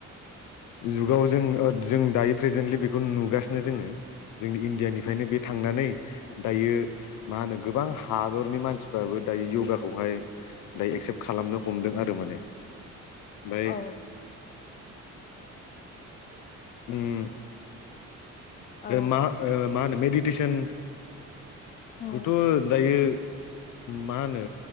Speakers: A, on the left; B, on the left.
A: जुगाव जों जों दायो प्रेजेन्टलि बेखौनो नुगासिनो जोङो जोंनि इण्डियानिफ्रायनो बे थांनानै दायो मा होनो गोबां हादरनि मानसिफ्राबो दायो य'गाखौहाय दायो एक्सेप्ट खालामनो हमदों आरो माने ओमफ्राय
B: औ
A: उम
B: औ
A: मा ओ मा होनो मेदि तिसन
B: ओ
A: खौथ' दायो मा होनो